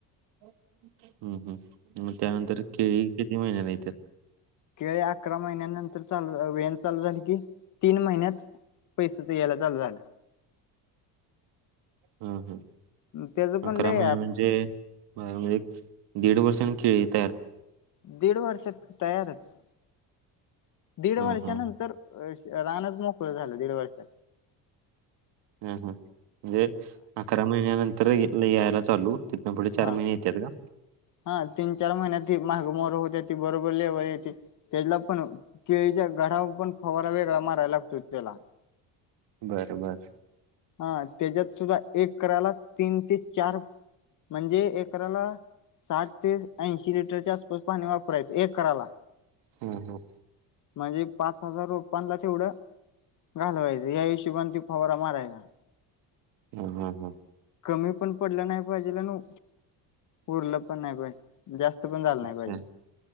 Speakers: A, on the right; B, on the left.
A: हम्म हम् मग त्यानंतर केळी किती महिन्या नाही इत
B: केळ अकरा महिन्या नंतर चालू वेन चालू झाली की तीन महिन्यात पैसेच यायला चालू झालं
A: हम हम
B: त्याच पण
A: अकरा
B: लय
A: महिने म्हणजे बारा म्हणजे दीड वर्षांनी खळत
B: दीड वर्षातू तयारच
A: हा
B: दीड वर्षानंतर
A: हा
B: रानच मोकळ झालं दीड वर्ष
A: ह हा म्हणजे अकरा महिन्या नंतर यायला चालू तिथनं पुढे चार
B: हा
A: महिने येतात का
B: हा तीन चार महिन्यात महाग मोर होते बरोबर लेवल येते त्याच्याला पण केळीच्या गडावर पण फवारा वेगळा मारायला लागतो त्याला ह
A: बर, बर,
B: ह त्याच्यात सुद्धा एकराला तीन ते चार म्हणजे एकरालाऽऽ साठ ते ऐंशी लिटरच्या आसपास पाणी वापराय,, चं एकराला.
A: हम हम,
B: म्हणजे पाच हजार रोपांला तेवढंऽऽ घालवायचं या हिशेबान ते फवारा मारायचा,,
A: हा, हा, हा
B: कमी पण पडलं नाही पाहिजेल, नऽऽ उरलं पण नाही पायजे, जास्त पण झालं नाही
A: अच्छा
B: पायजे,